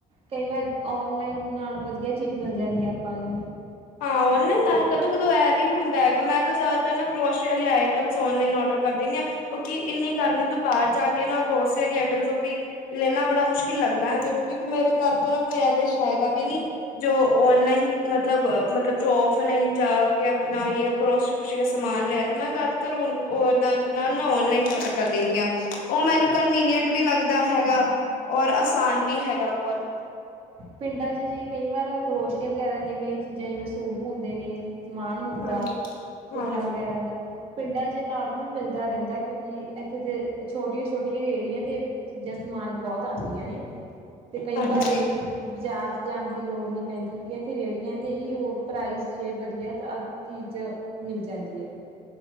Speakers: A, on the right; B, on the left.
A: ਕਈ ਵਾਰ ਔਨਲਾਈਨ ਨਾਲੋਂ ਵਧੀਆ, ਚੀਜ਼ ਮਿਲ ਜਾਂਦੀ ਆਪਾਂ ਨੂੰ।
B: ਹਾਂ, ਉਹਨਾਂ ਨਾ
A: ਔਰ
B: ਨਾਈਕ- ਕਦੋਂ ਇਹ ਵੀ ਹੁੰਦਾ ਹੈਗਾ। ਮੈਂ ਤਾਂ ਜ਼ਿਆਦਾਤਰ ਨਾ ਗਰੋਸ਼ਰੀ ਵਾਲੇ ਆਈਟਮਸ ਔਨਲਾਈਨ ਔਡਰ ਕਰ ਦੇਿੰਦੀ ਹਾਂ। ਕਿਉਂਕਿ ਇੰਨੀ ਗਰਮੀ ਤੋਂ ਬਾਹਰ ਜਾ ਕੇ ਨਾ, ਗਰੋਸਰੀਆਂ ਦੀ ਆਈਟਮ ਤੋਂ ਵੀ ਲੈਣਾ ਬੜਾ ਮੁਸ਼ਕਿਲ ਲੱਗਦਾ ਹੈ। ਮੈਨੂੰ ਕਿਉਂਕਿ ਮੇਰੇ ਘਰ ਤੋਂ ਨਾ ਕੋਈ ਐਦੇ ਹੈਗਾ ਵੀ ਨੀ। ਜੋ ਔਨਲਾਈਨ ਮਤਲਬ, ਮਤਲਬ ਜੋ ਔਫਲਾਈਨ ਜਾ ਕੇ ਆਪਣਾ ਗਰੋਸਰੀ- ਗੂਸ਼ਰੀ ਦਾ ਸਮਾਨ ਲਿਆ। ਤਾਂ ਮੈਂ ਜ਼ਿਆਦਾ, ਤਰ ਨਾਲੋ-ਨਾਲ ਓਨਲਾਈਨ ਓਡਰ ਕਰ ਦਿੰਦੀ ਆ। ਉਹ ਮੈਨੂੰ ਕਨਵੀਨੀਂਟ ਵੀ ਲੱਗਦਾ ਹੈਗਾ। ਔਰ ਆਸਾਨ ਵੀ ਹੈਗਾ ਬਹੁਤ।
A: ਪਿੰਡਾਂ ਚ ਜੀ ਕਈ ਵਾਰ ਗਰੋਸ਼ਆ ਵਗੈਰਾ ਨੇ, ਕਈ ਚੀਜ਼ਾਂ ਜਿਵੇਂ ਸੂਟ ਹੁੰਦੇ ਨੇ, ਸਮਾਨ ਹੁੰਦਾ,
B: ਹਾਂਜੀ
A: ਸੂਟਾਂ
B: ਹਾਂਜੀ
A: ਵਗੈਰਾ ਦਾ, ਪਿੰਡਾਂ ਚ ਨੋਰਮਲ ਮਿਲਦਾ ਰਹਿੰਦਾ। ਕਿਉਂਕਿ ਇੱਥੇ ਤੇ ਛੋਟੀਆਂ- ਛੋਟੀਆਂ ਰੇੜੀਆਂ ਤੇ, ਚੀਜ਼ਾਂ ਸਮਾਨ ਬਹੁਤ ਆਉਂਦੀਆਂ ਨੇ, ਤੇ ਕਈ
B: ਹਾਂਜੀ
A: ਵਾਰ, ਬਾਜ਼ਾਰ ਚ ਜਾਣ ਦੀ ਲੋੜ ਨਹੀਂ ਪੈਂਦੀ। ਕਿਉਂਕਿ ਇੱਥੇ ਰੇਹੜੀਆਂ ਤੇ ਹੀ ਉਹ ਪ੍ਰਾਈਸ ਜੇ ਵਧੀਆ, ਚੀਜ਼ਾਂ ਮਿਲ ਜਾਂਦੀਆਂ ਹੈ।